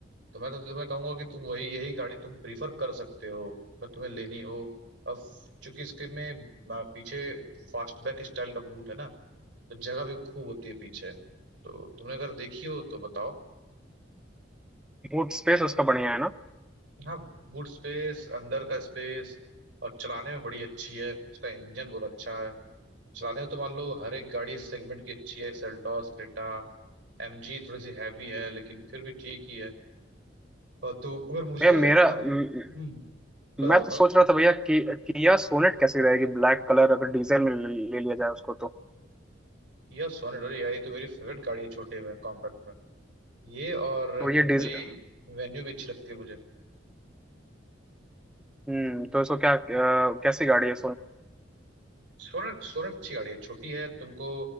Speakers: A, on the right (about 75°); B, in the centre.
A: तो मैं तो तुम्हें कहूंगा कि तुम वही यही गाड़ी तुम प्रीफर कर सकते हो अगर तुम्हें लेनी हो अब चूंकि इसके में आ, पीछे फास्टबैक स्टाइल का बूट है ना तो जगह भी खूब होती है पीछे तो तुमने अगर देखी हो तो बताओ
B: बूट स्पेस उसका बढ़िया है ना
A: हाँ बूट स्पेस अंदर का स्पेस और चलाने में बड़ी अच्छी है उसका इंजन बहुत अच्छा है चलाने में तो मान लो हर एक गाड़ी इस सेगमेंट की अच्छी है सेल्टॉस क्रेटा एमजी थोड़ी सी हैवी है लेकिन फिर भी ठीक ही है और तो अगर मुझे
B: भैया मेरा
A: ना हम्म,
B: म-
A: बताओ
B: मैं
A: बताओ
B: तो सोच रहा था भैया कि किया सोनेट कैसी रहेगी ब्लैक कलर अगर डीजल में ले ले लिया जाए उसको तो
A: किया सोनेट अरे यार ये तो मेरी फेवरेट गाड़ी है छोटे में कॉम्पैक्ट में ये और
B: तो ये
A: Hyundai
B: डीजल
A: वेन्यू भी अच्छी लगती है मुझे
B: हम्म तो इसको क्या अ, कैसी गाड़ी है
A: सोनेट सोनेट अच्छी गाड़ी है छोटी है तुमको